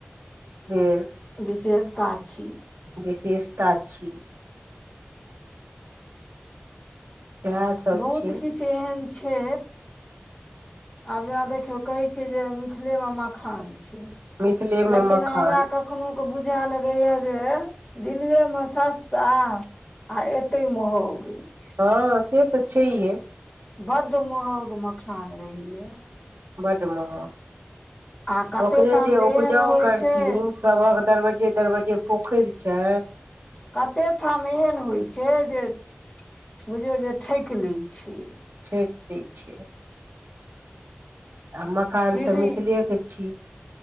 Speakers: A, on the right; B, on the left.
A: हूँ
B: विशेषता छी
A: विशेषता छी सएह सब
B: बहुत
A: छै
B: किछु एहन छै आब जेना देखियौ कहै छियै जे मिथिले मे मखान छै
A: मिथिलेमे
B: लेकिन
A: मखान
B: हमरा क कखनो कऽ बुझै लगेैय जे दिल्लीेये मे सस्ता आ एतेै महंग अछि
A: हँ से तऽ छै हे
B: बड्ड महंग मखान रहैये
A: बड्ड महग
B: आ कते
A: ओकरे
B: ठाम
A: जे
B: तऽ
A: उपजाऊ
B: एहन होइ
A: करथिहीन
B: छै
A: सबहक दरवज्जे दरवज्जे पोखरि छै
B: कते ठाम एहन होइ छै जे बुझियौ जे ठकि लै छै
A: ठकि लै छै आ मकान
B: कीड़ी
A: तऽ मिथिले के छी